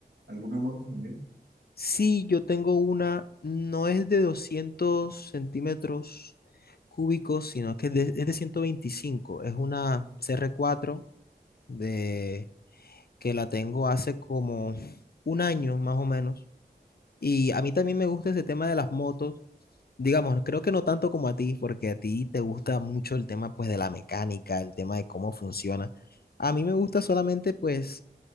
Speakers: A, on the right; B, on the left.
A: alguna moto también?
B: Sí, yo tengo una, no es de 200 centímetros cúbicos, sino que de- es de 125. Es una cr cuatro de, que la tengo hace como un año más o menos. Y a mí también me gusta ese tema de las motos. Digamos, creo que no tanto como a ti, porque a ti te gusta mucho el tema pues de la mecánica, el tema de cómo funciona. A mí me gusta solamente pues